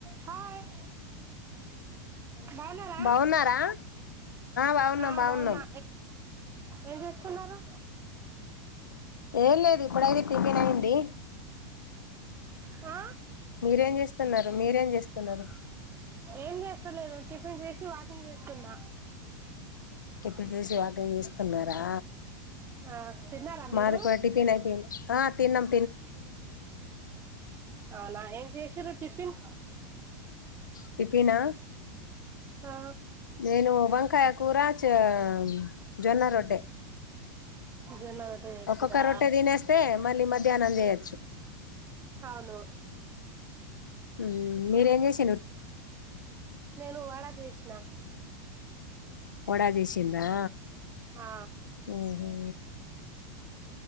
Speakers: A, on the right; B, on the left.
A: Hi బాగున్నారా
B: బాగున్నారా బాగున్నాం
A: ఆ
B: బాగున్నాం
A: బవున్నా ఏం చేస్తున్నరు
B: ఏం లేదు ఇప్పుడైతే టిఫిన్ అయింది
A: హ
B: మీరేం చేస్తున్నారు మీరేం చేస్తున్నారు
A: ఎమ్ చేస్ స్తలేను టిఫిన్ చేసి వాకింగ్ చేస్తున్నా
B: టిపిన్ చేసి వాకింగ్ చేస్తున్నరా
A: ఆ, తిన్నారా మీరు
B: మాదికూడ టిపిన్ అయిపోయింది ఆ తిన్నం
A: అవునా ఏం చేసిరు టిఫిన్
B: టిపినా
A: ఆ,
B: నేను వంకాయ కూరా చా జొన్న రొట్టె
A: జొన్న రొట్టె చేసిరా
B: ఒక్కొక్క రొట్టే తినేస్తే మళ్ళీ మధ్యాహ్నం చేయోచ్చు
A: అవును
B: మ్ మీరేం చేసి
A: నేను వడ చేసిన
B: వడా జేషిండ్రా
A: ఆ,
B: ఒహో